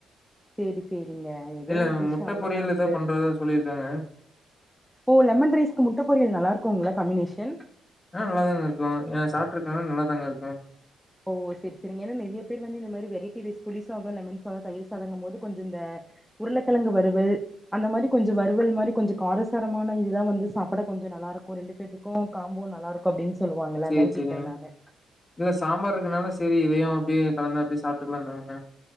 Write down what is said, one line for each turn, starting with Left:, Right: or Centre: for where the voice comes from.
Centre: சேரி சேரிங்க ஏதோ
Left: இல்ல
Centre: ஒரு டிஷ்
Left: முட்ட
Centre: அவ்ளோதா
Left: பொரியல்
Centre: நமக்கு
Left: எதோ பண்றதா சொல்லியிருக்காங்க
Centre: ஓ லெமன் ரைஸ்க்கு முட்ட பொரியல் நல்லா இருக்குங்களா காமினேஷன்
Left: ஆ நல்லாதாங்க இருக்கு ஏன் சாப்ட்டு இருக்கேன் நல்லாதாங்க இருக்கு
Centre: ஓ சரி சரி ஏனா நெறைய பேர் வந்து இந்த மாரி வெரைட்டி ரைஸ் புளி சாதோ லெமன் சாதோ தயிர் சாதங்கும்போது கொஞ்சம் இந்த உருளக்கிழங்கு வறுவல் அந்த மாரி கொஞ்சோ வறுவல் மாரி கொஞ்சோ காரசாரமான இதுதா வந்து சாப்பிட கொஞ்சோ நல்லா இருக்கு ரெண்டு பேத்துக்கு காம்போ நல்லா இருக்கு அப்டின்னு சொல்லுவாங்கள்ல
Left: சரி,
Centre: அதா
Left: சரிங்க.
Centre: கேக்குற நானு
Left: இல்ல சாம்பார் இருக்குனால சேரி இதயும் அப்டியே கலந்து அப்டியே சாப்ட்டுக்கலாந்தாங்க